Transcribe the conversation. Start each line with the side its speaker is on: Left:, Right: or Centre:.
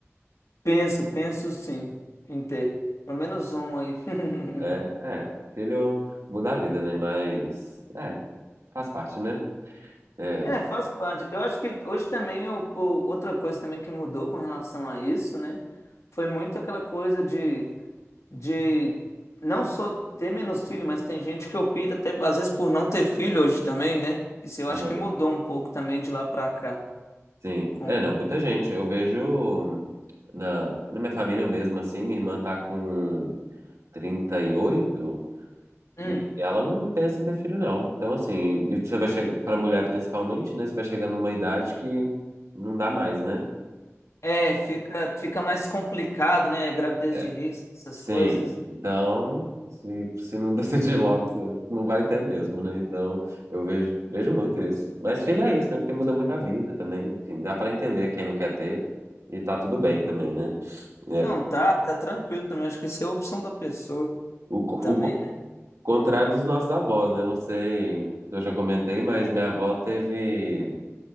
Left: Penso, penso sim em ter. Pelo menos um aí. <laughs>
Right: É, é. Filho muda a vida, né? Mas é, faz parte, né? É,
Left: É, faz parte. Eu acho que hoje também, o, o- outra coisa também que mudou com relação a isso, né? Foi muito aquela coisa de. de não só ter menos filho, mas tem gente que opta até às vezes por não ter filho hoje também, né? Isso eu
Right: aham,
Left: acho que mudou um pouco também de lá pra cá.
Right: sim.
Left: Com...
Right: É, não, muita gente. Eu vejo na, na minha família mesmo, assim, minha irmã tá com 38.
Left: Hum,
Right: E ela não pensa em ter filho, não. Então, assim, e você vai chegar, pra mulher principalmente, né? Você vai chegar numa idade que não dá mais, né?
Left: é, fica, fica mais complicado, né? Gravidez
Right: É,
Left: de risco, essas
Right: sim.
Left: coisas.
Right: Então, se, se não <laughs> decidir logo, você não vai ter mesmo, né? Então, eu vejo, vejo muito isso. Mas filho é isso, né? Porque muda muito a vida também. Enfim, dá pra entender quem não quer ter e tá tudo bem também, né? É.
Left: Não, tá, tá tranquilo também. Acho que isso é a opção da pessoa
Right: O, co-
Left: também,
Right: o co-
Left: né?
Right: contrário dos nossos avós, né? Não sei se eu já comentei, mas minha avó teve